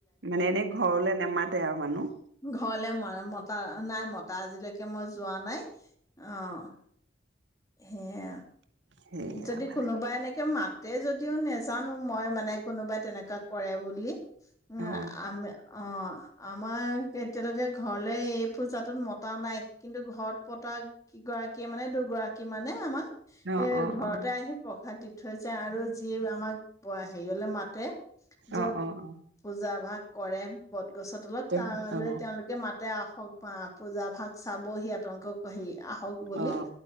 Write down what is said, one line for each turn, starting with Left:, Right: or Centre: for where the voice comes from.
Right: মানে এনেই ঘৰলে নেমাতে আৰু মানুহ?
Left: ঘৰলে মই মতা নাই মতা, আজিলৈকে মই যোৱা নাই। অ'। হেয়া।
Right: সেইয়া
Left: যদি
Right: মানে
Left: কোনোবাই এনেকে মাত তে যদিও নেজানো, মই মানে কোনোবাই তেনেকা কৰে বুলি। উয়ে
Right: অ
Left: আমি অ'। আমাৰ তেতিয়ালৈকে ঘৰলে এই পূজাটোত মতা নাই, কিন্তু ঘৰত পতা কিগৰাকীয়ে মানে দুগৰা কিমানে আমান
Right: অ অ
Left: এ ঘৰতে
Right: অ
Left: আহি প্ৰসাদ দি থৈ যায় আৰু যি আমাক <unintelligible> হেৰিয়লে মাতে য'ত
Right: অ অ অ
Left: পূজা ভাগ কৰেম বদ গছৰ তলত,
Right: তে
Left: তালৈ
Right: অ
Left: তেওঁলোকে মাতে আহক পা পূজাপ ভাগ চাবহি, আপোনালোকক হেই আহক বুলি।
Right: অ